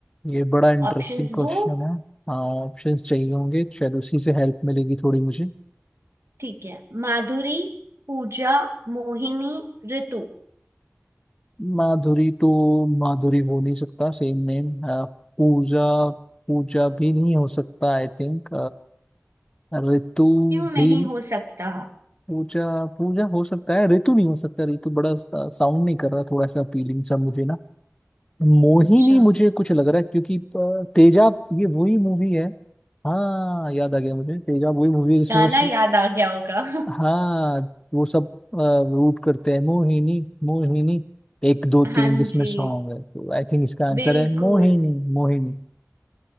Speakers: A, on the left; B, on the right.
A: ये बड़ा इंटरेस्टिंग
B: ऑप्शंस
A: क्वेश्चन
B: दो
A: है हाँ ऑप्शंस चाहिए होंगे शायद उसी से हेल्प मिलेगी थोड़ी मुझे
B: ठीक है माधुरी पूजा मोहिनी ऋतु
A: माधुरी तो माधुरी हो नहीं सकता सेम नेम पूजा पूजा भी नहीं हो सकता आई थिंक ऋतु
B: क्यों नहीं
A: भी
B: हो सकता
A: पूजा पूजा हो सकता है ऋतु नहीं हो सकता ऋतु बड़ा साउंड नहीं कर रहा थोड़ा सा फीलिंग सा मुझे ना मोहिनी
B: अच्छा
A: मुझे कुछ लग रहा है क्योंकि अ, तेजाब ये वही मूवी है हाँ याद आ गया मुझे तेजाब वही मूवी है जिसमें
B: गाना
A: वो सु-
B: याद आ गया होगा <laughs>
A: हाँ वो सब रूट करते हैं मोहिनी मोहिनी एक दो
B: हाँ
A: तीन जिसमें
B: जी
A: सॉन्ग है तो आई थिंक इसका आंसर
B: बिल्कुल
A: है मोहिनी मोहिनी